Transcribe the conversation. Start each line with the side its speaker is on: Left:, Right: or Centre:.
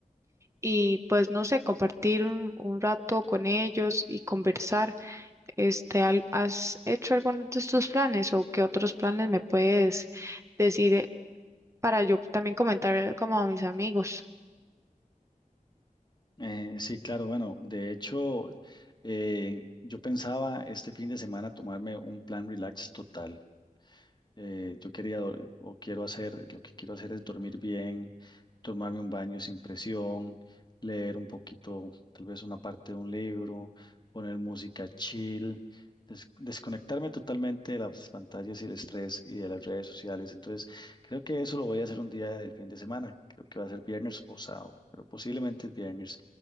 Right: y pues no sé, compartir un, un rato con ellos y conversar. Este, al- ¿has hecho algunos de estos planes o qué otros planes me puedes decir eh, para yo también comentar como a mis amigos?
Left: Eh, sí, claro, bueno, de hecho, eh, yo pensaba este fin de semana tomarme un plan relax total. Eh, yo quería dor- o quiero hacer, lo que quiero hacer es dormir bien, tomarme un baño sin presión, leer un poquito, tal vez una parte de un libro, poner música chill, des- desconectarme totalmente de las pantallas y el estrés y de las redes sociales. Entonces, creo que eso lo voy a hacer un día del fin de semana. Creo que va a ser viernes o sábado, pero posiblemente es viernes.